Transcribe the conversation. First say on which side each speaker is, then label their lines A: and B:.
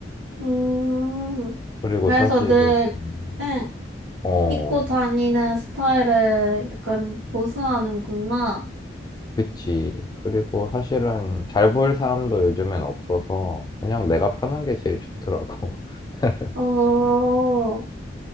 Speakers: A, on the right; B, on the left.
A: 음,
B: 그리고
A: 그래서
B: 사실은
A: 늘,
B: 음,
A: 응,
B: 어
A: 입고 다니는 스타일을 약간 고수하는구나.
B: 그치 그리고 사실은 잘 보일 사람도 요즘엔 없어서 그냥 내가 편한 게 제일 좋더라고 <laughs>
A: 어,